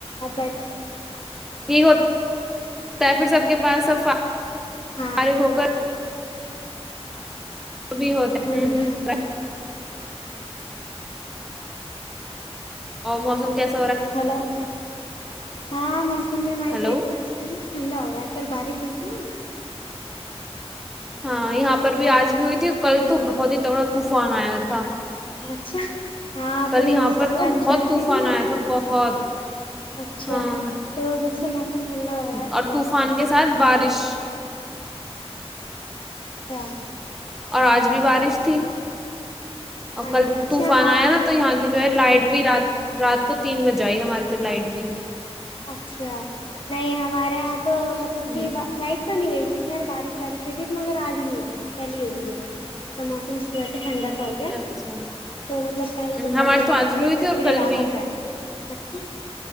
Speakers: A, on the left; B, in the centre.
A: ب
B: یہ ہوتاتا پھر سب کے پ سفا
A: ہاں
B: فارغ
A: ہاں ہاں
B: ہو کر وہ بھی ہوتا ہ
A: جی ہاں جی
B: اور موسم کیسے
A: ہلو ہاں موسمبی مارے
B: ہیلو
A: ساہ تو ٹھنڈا ہو رہا ہے کل بارش ہوئی تھی نا
B: ہاں یہاں پر بھی آج بھی ہوئی تھی کل تو بہت ہی تھگڑا طوفان آیا تھا
A: اچھا ہاں
B: کل
A: تو
B: یہاں
A: مطلب
B: پر
A: بارش
B: تو بہت
A: وارش
B: طوفان
A: ہوئی تھی نا
B: آیا تھا بہت
A: اچھا
B: ہاں
A: تو جب موسم ٹھنڈا ہو رہا ہے اچھا
B: اور طوفان
A: ہو
B: کے ساتھ بارش <inaudible>
A: اچھا
B: اور آج بھی بارش تھی
A: اچھا
B: اور کل
A: اچھا
B: طوفان
A: ہاں
B: آیا نا تو یہاں کی جو ہے لائٹ بھی رات رات کو تین بجے آئی ہماری تو لائٹ بھی
A: اچھا نہیں ہمارے یہاں تو مطلب
B: ہوں
A: کہ لائٹ تو نہیں گئی ار بارش وارش ہوئی تھی تو مگر آج نہیں ہوئی کل ہی ہوئی تھی بس تو موسم اس کی وجہ سے ٹھنڈا ہو گیا
B: اچھا ہوں
A: تو مطلب پہلے تو بن
B: ہمارے آج
A: میں لتی
B: بھی ہوئی
A: اب
B: تھی
A: سے
B: اور
A: تھوڑی
B: کل
A: راحت
B: بھی
A: ہے اچھا